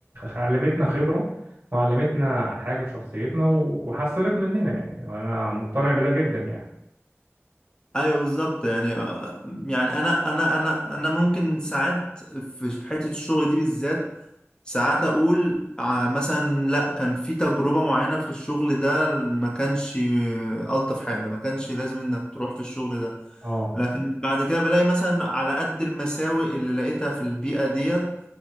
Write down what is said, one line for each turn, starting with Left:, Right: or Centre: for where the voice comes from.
Right: علمتنا خبرة وعلمتنا حاجة في شخصيتنا و- وحسنت مننا يعني وأنا مقتنع بده جدا يعني
Left: ايوه بالظبط يعني آه، يعني انا انا انا انا ممكن ساعات في حتة الشغل دي بالذات ساعات اقول آه، مثلا لا كان في تجربة معينة في الشغل ده ما كانش آه، الطف حاجة ما كانش لازم انك تروح في الشغل ده
Right: اه
Left: لكن بعد كده بلاقي مثلا على قد المساوئ اللي لقيتها في البيئة ديت